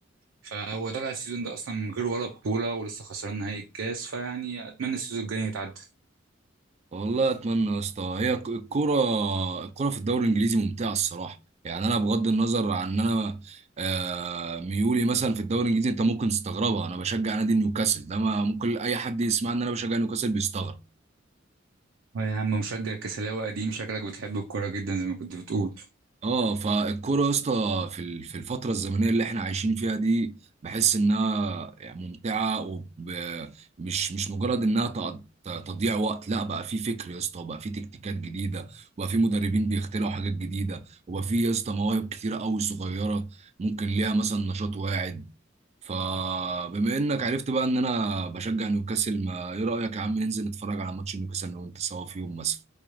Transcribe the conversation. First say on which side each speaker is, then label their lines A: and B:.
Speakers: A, on the right; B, on the right.
A: فهو طلع السيزون ده اصلا من غير ولا بطوله ولسه خسران نهائي الكاس فيعني اتمنى السيزون الجاي يتعدى
B: والله اتمنى يا اسطى هي الك- الكرة الكرة في الدوري الانجليزي ممتعة الصراحة يعني انا بغض النظر عن ان انا آه، ميولي مثلا في الدوري الانجليزي انت ممكن تستغربها انا بشجع نادي نيوكاسل ده ما ممكن اي حد يسمع ان انا بشجع نيوكاسل بيستغرب
A: يا عم مشجع كسلاوي قديم شكلك بتحب الكوره جدا زي ما كنت بتقول
B: اه فالكوره يا اسطى في ال- في الفتره الزمنيه اللي احنا عايشين فيها دي بحس انها يعني ممتعه ومش مش مجرد انها تق- ت- تضييع وقت لا بقى في فكر يا اسطى وبقى في تكتيكات جديده وبقى في مدربين بيخترعوا حاجات جديده وبقى في يا اسطى مواهب كتيره قوي صغيره ممكن ليها مثلا نشاط واعد فبما انك عرفت بقى ان انا بشجع نيوكاسل ما ايه رايك يا عم ننزل نتفرج على ماتش نيوكاسل انا وانت سوا في يوم مثلا